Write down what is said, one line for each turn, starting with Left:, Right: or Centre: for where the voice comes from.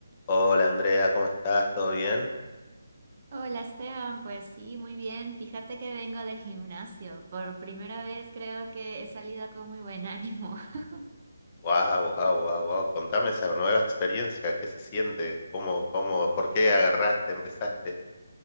Left: Hola Andrea, ¿cómo estás? ¿Todo bien?
Right: Hola Esteban, pues sí, muy bien. Fíjate que vengo del gimnasio. Por primera vez creo que he salido con muy buen ánimo. <laughs>
Left: Wow, wow, wow, wow. Contame esa nueva experiencia, ¿qué se siente? ¿Cómo, cómo, por qué agarraste, empezaste?